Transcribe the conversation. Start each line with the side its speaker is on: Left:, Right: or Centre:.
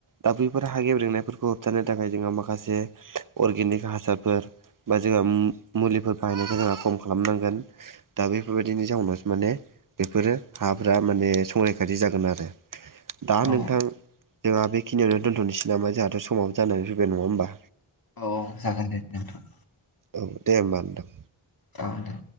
Right: दा बैफोर हा गेब्रेंनायफोरखौ हमथानो थाखाय जोंङो माखासे अर्गेनिक हासारफोर बा जोंहा मुलिफोर बाहायनायखौ जोंहा खम खालामनांगोन। दा बेफोरबायदिनि जाउनावसो माने बेफोरो हाफोरा माने संरैखाथि जागोन आरो। दा
Left: औ
Right: नोंथां जोंहा बेखिनियावनो दोनथ'नोसै नामा जोंहाथ' समावाब जानानै फैबाय नङा होमबा।
Left: औ जागोन दे नोंथां।
Right: औ दे होमबा नोंथां।
Left: ओ दे